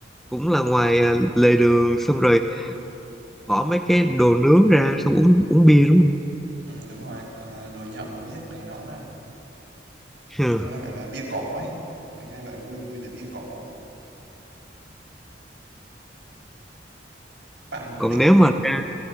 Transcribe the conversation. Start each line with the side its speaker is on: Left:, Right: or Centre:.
Centre: cũng là ngoài à, lề đường xong rồi bỏ mấy cái đồ nướng ra xong uống uống bia đúng không
Right: ừm, đúng rồi, ờ, đồ nhậu nhếch này nọ này
Centre: Ờ.
Right: Nó gọi là bia cỏ ấy, mình hay gọi vui vui là bia cỏ. Bạn có
Centre: còn
Right: định
Centre: nếu mà ra